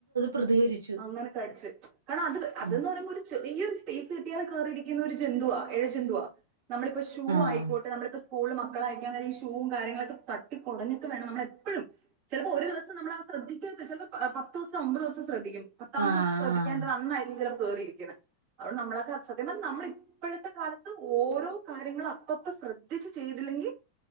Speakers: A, on the right; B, on the right.
A: പ്രതികരിച്ചു
B: അങ്ങനെ കടിച്ച് കാരണം അത് അതന്ന്
A: ആഹ്
B: പറയുമ്പോ ഒരു ചെറിയരു സ്പേസ് കിട്ടിയാൽ കേറിയിടരിക്കുന്ന ഒരു ജന്തുവാ എഴ ജന്തുവാ നമ്മളിപ്പൊ ഷൂ
A: ആഹ്
B: ആയിക്കോട്ടെ നമ്മളിപ്പോ സ്കൂള്ൽ മക്കളെ അയക്കാൻ നേരം ഈ ഷൂവും കാര്യങ്ങളൊക്കെ തട്ടി കുടഞ്ഞിട്ട് വേണം നമ്മളപ്പോഴും ചിലപ്പോ ഒരു ദിവസം നമ്മൾ ആത് ശ്രദ്ധി ചെലപ്പോ പത്ത് ദിവസം ഒമ്പത് ദിവസം ശ്രദ്ധിക്കും പത്താമത്തെ
A: ആഹ്
B: ദിവസം ശ്രദ്ധിക്കാണ്ടേ അന്നായിരിക്കും ചിലപ്പൊ കേറിയിരിക്ക്ണേ അതുകൊണ്ട് നമ്മളക്കെ സത്യം പറഞ്ഞാ നമ്മൾ ഇപ്പോഴത്തെ കാലത്ത് ഓരോ കാര്യങ്ങളും അപ്പപ്പ ശ്രദ്ധിച്ച് ചെയ്തില്ലെങ്കിൽ